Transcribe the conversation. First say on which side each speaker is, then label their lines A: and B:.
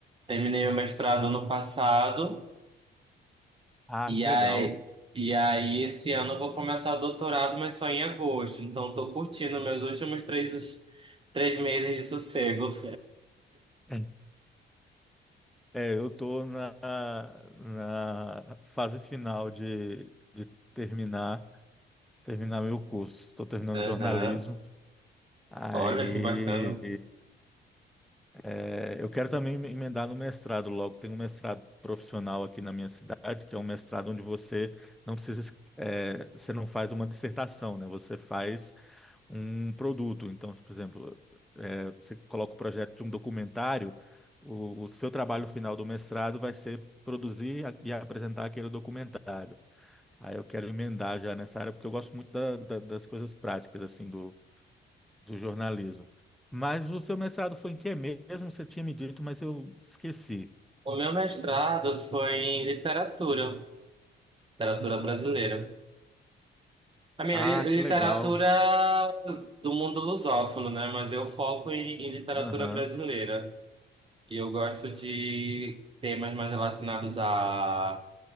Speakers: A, on the right; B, in the centre.
A: Terminei o mestrado ano passado.
B: Ah,
A: E
B: que
A: aí,
B: legal.
A: e aí esse ano eu vou começar o doutorado, mas só em agosto. Então, eu tô curtindo meus últimos três, três meses de sossego. <laughs>
B: <laughs> É, eu tô na, na fase final de, de terminar terminar meu curso. Estou terminando
A: Aham.
B: jornalismo. Aí
A: Olha que bacana.
B: é, eu quero também me emendar no mestrado logo. Tem um mestrado profissional aqui na minha cidade, que é um mestrado onde você não precisa, es- é, você não faz uma dissertação, né? Você faz um produto. Então, por exemplo, é, você coloca o projeto de um documentário, o, o seu trabalho final do mestrado vai ser produzir a- e apresentar aquele documentário. Aí eu quero emendar já nessa área, porque eu gosto muito da- da- das coisas práticas, assim, do, do jornalismo. Mas o seu mestrado foi em que mesmo? Você tinha me dito, mas eu esqueci.
A: O meu mestrado foi em literatura, literatura brasileira. A minha
B: Ah,
A: li-
B: que
A: literatura
B: legal.
A: do mundo lusófono, né? Mas eu foco em, em literatura
B: Aham.
A: brasileira. E eu gosto de temas mais relacionados a